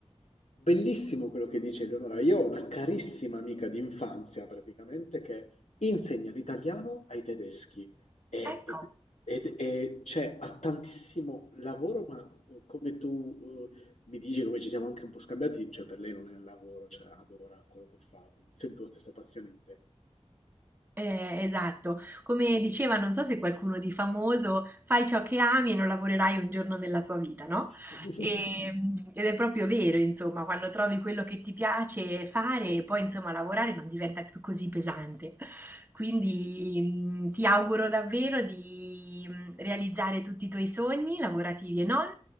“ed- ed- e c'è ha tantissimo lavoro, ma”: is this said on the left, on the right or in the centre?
Left